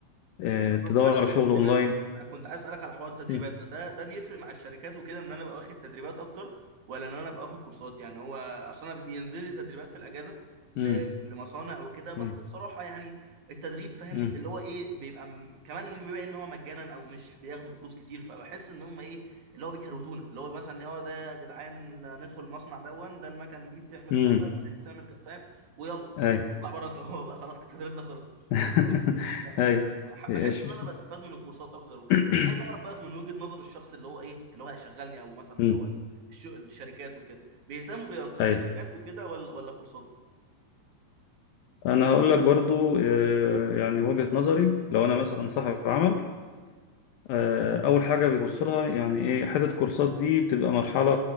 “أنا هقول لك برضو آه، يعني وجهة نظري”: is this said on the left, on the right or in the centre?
Left